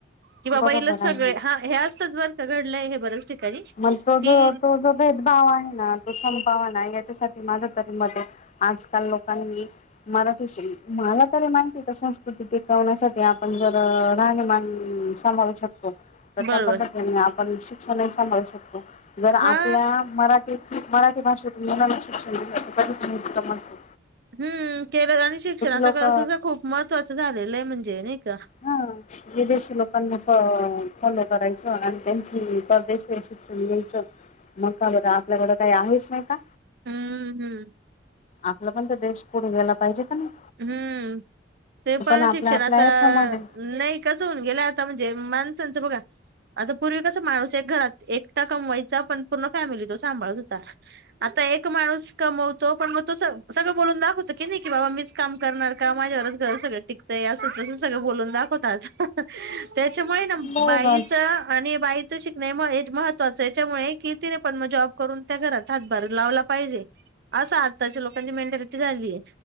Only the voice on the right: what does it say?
की बाबा
इलाच सगळे,
ह हे असतच बरका घडलंय बऱ्याच ठिकाणी
कि
बरोबर
हा
हम्म, केलं आणि शिक्षणाचा
कस, खूप महत्त्वाचं झालेलंय. म्हणजे नाही का?
हम्म हम्म.
हम्म ते पण
शिक्षण
आता,
नाही कसं होऊन गेलय आता, म्हणजे माणसांचं बघा आता पूर्वी कसा, माणूस एक घरात एकटा कमवायचा, पण पूर्ण फॅमिली तो सांभाळत होता. आता एक माणूस कमवतो. पण मग तो सगळं बोलून दाखवतो की नाही की बाबा मीच काम करणार का माझ्यावरच घर सगळं टिकतंय. अस तस सगळं बोलून दाखवतात. त्याच्यामुळे ना,
बाईच आणि बाईच शिक नाही मग हेच महत्वाच्या. याच्यामुळे की तिने पण मग जॉब करून. त्या घरात हातभार लावला पाहिजे. असं आत्ताच्या, लोकांची मेंटॅलिटी झालीय.